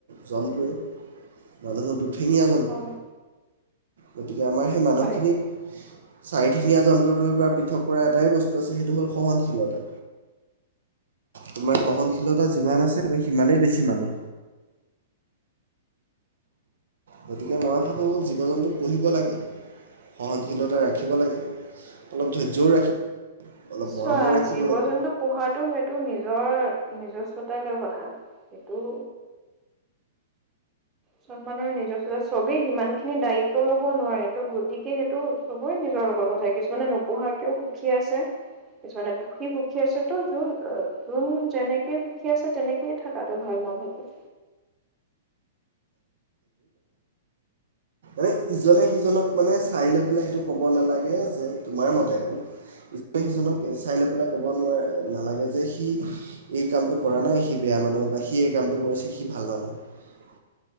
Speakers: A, on the right; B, on the right.
A: জন্তুটোৱেই মানুহ হ'ল দুঠেঙীয়া জন্তু।
B: হয়
A: গতিকে, আমাৰ সেই মানুহখিনিক
B: হয়।
A: চাৰিঠেঙীয়া জন্তুটোৰ পৰা <unintelligible> এটাই বস্তু সেইটো হ'ল সহনশীলতা। তোমাৰ সহনশীলতা যিমান আছে, তুমি সিমানেই বেছি মানুহ। গতিকে, মই ভাবোঁ, জীৱ-জন্তু পুহিব লাগে। সহনশীলতা ৰাখিব লাগে। অলপ ধৈৰ্যও ৰাখিব অলপ
B: চোৱা,
A: মৰমো ৰাখিব
B: জীৱ-জন্তু
A: লাগে
B: পোহাতটো, সেইটো নিজ নিজৰ নিজস্বতা লৈ কথা। সেইটো চব মানুহৰ নিজস্বতা। চবেই সিমানখিনি দায়িত্ব ল'ব নোৱাৰে। ত', গতিকে, সেইটো চবৰে নিজৰ লগত কথা। কিছুমানে নোপুহাকৈও সুখী আছে কিছুমানে পুহি সুখী আছে ত' ত', আ, ত'। যেনেকৈ সুখী আছে, তেনেকেই থাকাটো ভাল, মই ভাবোঁ।
A: নে ইজনে সিজনক মানে চাই লৈ পেলাই এইটো কব নালাগে যে তোমাৰ মতে আৰু ইজনে সিজনক চাই লৈ পেলাই কব নোৱাৰে নালাগে যে সি এই কামটো কৰা নাই সি বেয়া মানুহ বা সি এই কামটো কৰিছে সি ভাল মানুহ।